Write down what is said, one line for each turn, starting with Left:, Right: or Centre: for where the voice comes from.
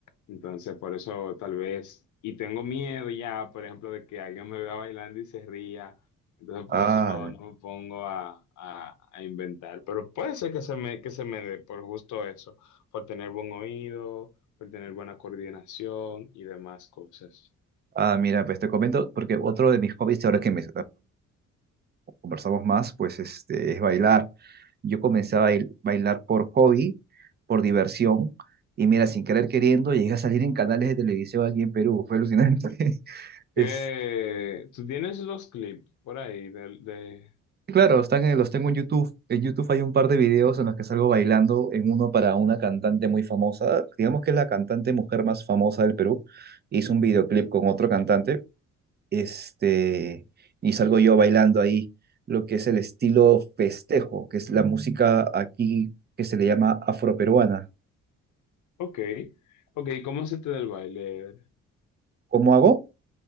Left: Entonces, por eso tal vez, y tengo miedo ya, por ejemplo, de que alguien me vea bailando y se ría. Entonces,
Right: Ah,
Left: por eso no, no me pongo a, a- a inventar. Pero puede ser que se me, que se me dé por justo eso, por tener buen oído, por tener buena coordinación y demás cosas.
Right: ah, mira, pues te comento, porque otro de mis hobbies, ahora que me, conversamos más, pues este, es bailar. Yo comencé a bail- bailar por hobby, por diversión, y mira, sin querer queriendo, llegué a salir en canales de televisión aquí en Perú, fue alucinante. <laughs>
Left: ¿Qué?
Right: Es,
Left: ¿Tú tienes los clips por ahí del de...
Right: sí, claro, están en- los tengo en YouTube. En YouTube hay un par de videos en los que salgo bailando, en uno para una cantante muy famosa, digamos que es la cantante mujer más famosa del Perú. Hizo un videoclip con otro cantante este, y salgo yo bailando ahí lo que es el estilo festejo, que es la música aquí que se le llama afroperuana.
Left: Ok, ok, ¿cómo se te da el baile?
Right: ¿Cómo hago?